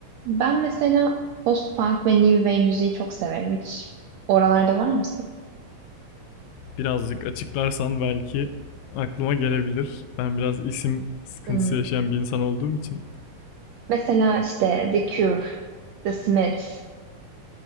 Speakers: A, on the right; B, on the left.
A: Ben mesela post-punk ve new wave müziği çok severim. Hiç oralarda var mısın?
B: birazcık açıklarsan belki aklıma gelebilir. Ben biraz isim sıkıntısı
A: Hmm.
B: yaşayan bir insan olduğum için.
A: Mesela işte The Cure, The Smiths.